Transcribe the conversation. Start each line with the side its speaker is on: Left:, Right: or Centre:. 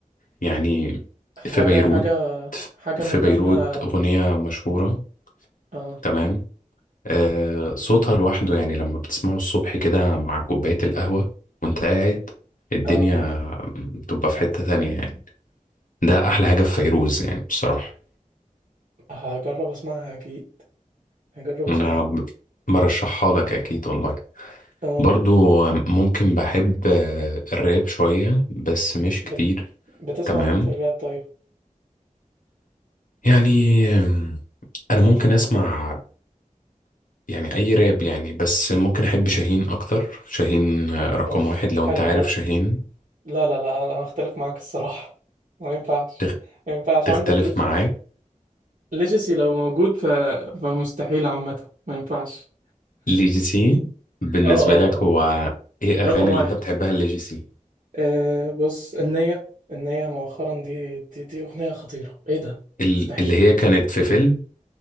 Left: يعني
Right: حاجة
Left: في بيروت
Right: حاجة حاجة
Left: في
Right: من ان
Left: بيروت
Right: احنا
Left: أغنية مشهورة
Right: اه
Left: تمام آه صوتها لوحده يعني لما بتسمعه الصبح كده مع كوباية القهوة وانت قاعد الدنيا
Right: اه
Left: بتبقى في حتة تانية يعني ده أحلى حاجة في فيروز يعني بصراحة
Right: هجرب اسمعها اكيد هجرب اسمعها
Left: أنا ب- برشحها لك أكيد والله
Right: اه
Left: برضو ممكن بحب آه، الراب شوية بس مش
Right: بت...
Left: كتير
Right: بتسمع
Left: تمام
Right: مين في الراب طيب
Left: يعني آم، أنا ممكن أسمع يعني اي راب يعني بس ممكن احب شاهين اكتر شاهين آه، رقم
Right: اوف
Left: واحد لو
Right: حلو
Left: انت عارف
Right: ده
Left: شاهين
Right: لا لا لا انا اختلف معاك الصراحة ما ينفعش
Left: تخ-
Right: ما ينفعش
Left: تختلف
Right: عندك ليه
Left: معاه
Right: ليجاسي لو موجود ف... فمستحيل عامة ما ينفعش
Left: ليجيسي بالنسبة
Right: اه اه
Left: لك هو
Right: اه
Left: ايه
Right: رقم
Left: اغاني
Right: واحد
Left: اللي انت بتحبها ليجيسي
Right: آه بص النية النية مؤخرا دي دي, دي أغنية خطيرة ايه ده
Left: ال-
Right: مستحيل
Left: اللي هي كانت في فيلم